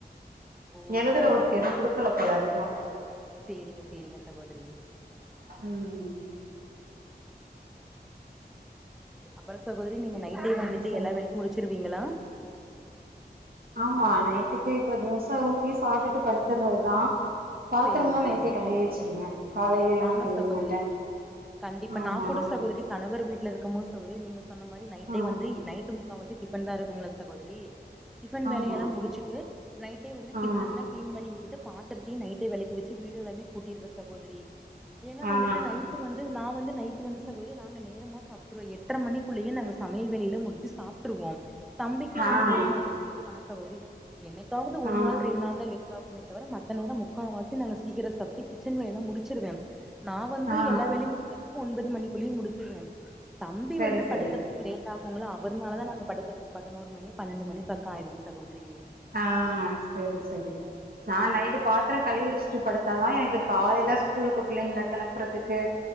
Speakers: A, in the centre; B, on the right (about 60°).
A: ஓ
B: எழுதற
A: சேரிங்க
B: ஒர்க்கு
A: சேரி
B: எதுவு குடுக்கல போல அதிகோ
A: சேரிங்க சேரிங்க சகோதரி
B: ம்
A: அப்பறோ சகோதரி நீங்க நைட்டே
B: சேரிங்க
A: வந்துட்டு
B: சகோ
A: எல்லா வேலையு முடிச்சுருவீங்களா
B: ஆமா நைட்டுக்கு இப்ப தோசா ஊத்தி சாப்ட்டுட்டு படுத்துர்றதுதா பாத்ரம்லா
A: சேரிங்க சேரிங்க
B: நைட்டே கழுவிச்சிருவே காலைலலா
A: ஆமா
B: கழுவ
A: சகோதரி
B: மாட்டே
A: கண்டிப்பா
B: ஆமா
A: நாக் கூட சகோதரி கணவர் வீட்ல இருக்கும்போது சகோதரி நீங்க சொன்ன மாரி நைட்டே
B: ஆ
A: வந்து நைட்டு் முக்காவாசி டிஃபன்தா இருக்குங்ளா சகோதரி டிஃபன் வேலயெல்லா
B: ஆமா
A: முடிச்சுட்டு நைட்டே வந்து கிச்சன்லங்
B: ஆ
A: கிளீன் பண்ணி விட்டுட்டு பாத்தரத்தையு நைட்டே வெளக்கி வச்சி வீடு எலாமே கூட்டிருவ சகோதரி எனா
B: ஆ
A: வந்துட்டு நைட்டு வந்து நா வந்து நைட்டு வந்து சகோதரி நாங்க நேரமா சாப்ட்ருவோ எட்ர மணிக்குள்ளியே நாங்க சமையல் வேலையிலா முடிச்சு சாப்ட்ருவோம் தம்பிக்கு
B: ஆ
A: வந்து நேரமாவே குடுத்துருவே சகோதரி என்னைக்காவது ஒரு
B: ஆ
A: நாள் ரெண் நாள் தா லே த்தாகுமே தவர மத்த நேர முக்கா வாசி நாங்க சீக்கிர சாப்ட்டு கிச்சன் வேல்லா முடிச்சிடுவே நா வந்து
B: ஆ
A: எல்லா வேலயும் முடிக்கர்துக்கு ஒன்பது மணிக்குள்ளியும் முடிச்சிருவே தம்பி
B: சரி
A: வந்து படுக்கறதுக்கு
B: சரி
A: லேட் ஆகுங்ளா அவர்னாலதா நாங்க படுக்கர் துக் பதனோரு மணி பன்னெண்டு மணி பக்கோ ஆயிர்து சகோதரி
B: ஆ சேரி சேரி நா நைட்டு பாத்தர கழுவி வெஷ்ட்டு படுத்தாதா எனக்கு காலைல ஸ்கூலுக்கு பிள்ளைங்கள கெளப்புறதுக்கு